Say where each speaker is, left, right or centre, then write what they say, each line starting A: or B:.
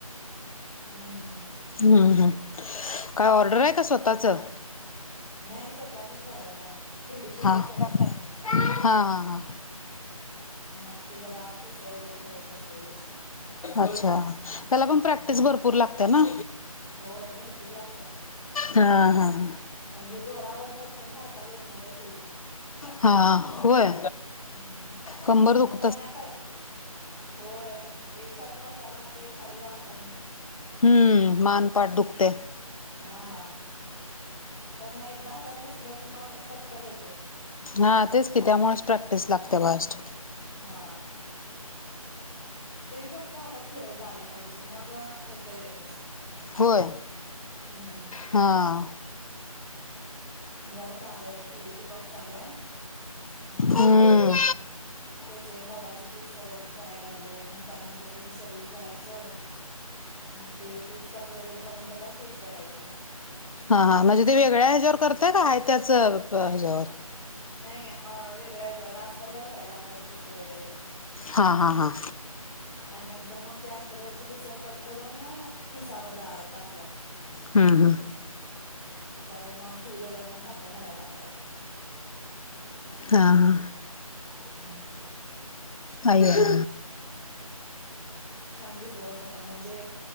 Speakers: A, on the left; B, on the left.
A: हम्म.
B: हम हम काय ऑर्डर आहे का स्वतःचं.
A: नाही स्वतःचच करायचंय थ्री डी पीकॉक
B: हा हा
A: करायचाय.
B: हा हा.
A: मग ते जरा पीसं वगैरे करत बसले त्याची.
B: अच्छा त्याला पण प्रॅक्टिस
A: हम्म
B: भरपूर लागते ना.
A: होय भरपूर लागत्या
B: हा हा ह.
A: म्हणजे दोरावर पटकन काढताच येत नाही त्या सुईतनं
B: हा. होय,
A: हम्म
B: कंबर दुख
A: मग पण नाही प होय एकसारखं बसाय लागतय खाली वाकून
B: हम्म. मान, पाठ दुखत्या.
A: हा. पण एकदा हातात बसलं की मग पटपट येतय.
B: हा तेच की त्यामुळेच प्रॅक्टिस लागते फास्ट.
A: हा. सुई फक्त हातात फिरवता आली पाहिजे मग होतय लगेच.
B: होय.
A: हम्म
B: हा.
A: माझं आता चालूय थ्री डी पिकॉक चालूय मग
B: हम्म.
A: त्याचे मोराचे पीस परत करायला लागलोय मग त्यानंतर त्याचं शरीर करायचं. मग ते पीसकट वगैरे करून त्याला स्टिच करायचं.
B: हा हां म्हणजे ते वेगळ्या ह्याच्यावर करताय का आहे त्याच ह्याच्यावर.
A: नाही अ वेगळ्या ह्याच्यावर आस्तर वर करायला लागतात पिसें वगैरे.
B: हां हां हां.
A: आणि नंतर मग त्या अस्तरवरची पिस कट करून पिसावर लावायचं आपल्या.
B: हमं. हमं.
A: त्याच्यावर मग सुई दोऱ्याने टाका घालायला लागतात.
B: हा हा.
A: हम्म.
B: अय्या.
A: छान दिसत अस पण म्हणजे,